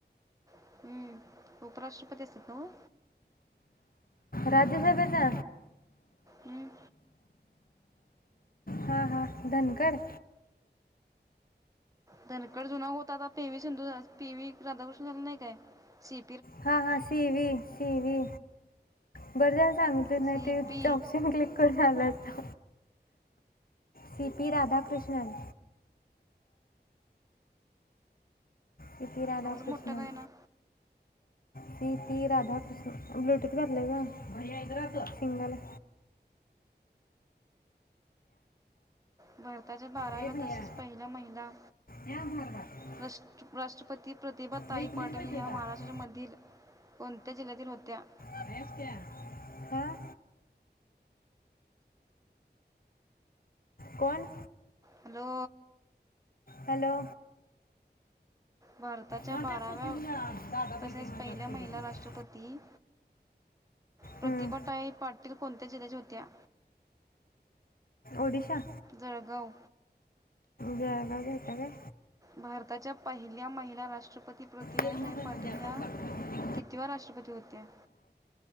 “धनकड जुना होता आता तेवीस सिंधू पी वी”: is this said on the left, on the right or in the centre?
Right